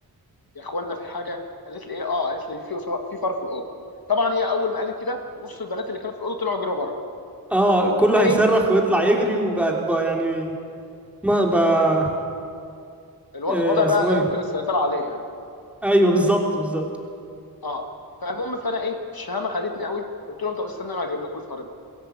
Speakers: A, on the left; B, in the centre.
A: يا اخوانا في حاجه قالت لي ايه اه قالت لي في في فار في الاوضه طبعا هي اول ما قالت كده نص البنات اللي كانوا في الاوضه طلعوا جروا بره
B: اه آه، كله
A: فانا
B: هيصرخ
A: ايه
B: ويطلع يجري وبقى بقى يعني ما بقى
A: الو...
B: إيه
A: الوضع بقى
B: اسمه
A: لا
B: ايه
A: يمكن السيطره عليه يعني
B: ايوه بالظبط بالظبط
A: اه فالمهم فانا ايه الشهامه خدتني قوي قلت لهم طب استنى انا هجيب لكم الفار ده